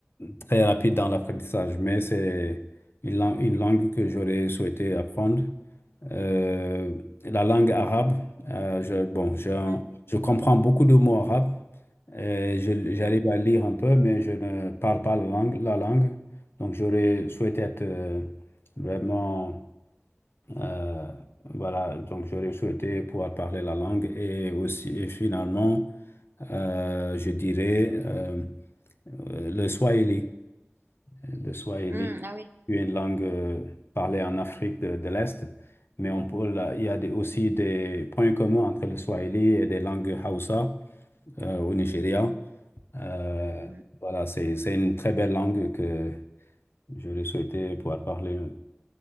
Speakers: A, on the left; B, on the right.
A: très rapide dans l'apprentissage, mais c'est une, lang- une langue que j'aurais souhaité apprendre euh, la langue arabe. Euh, je, bon, j'ai un-
B: Mhm.
A: je comprends beaucoup de mots arabes. Euh, je- j'arrive
B: Oui.
A: à lire un peu, mais je ne parle pas la langue. la langue. Donc, j'aurais souhaité être euh, vraiment. euh, voilà, donc j'aurais souhaité pouvoir parler la langue. Et aussi, et finalement, euh, je dirais euh, euh, le swahili. Le Swahili,
B: Mm, ah oui.
A: est une langue euh, parlée en Afrique de, de l'Est. Mais on peut, là, il y a des- aussi des points communs entre le Swahili et des langues Hausa euh, au Nigeria. Euh,
B: Mhm.
A: voilà, c'est, c'est une très belle langue que j'aurais souhaité pouvoir parler.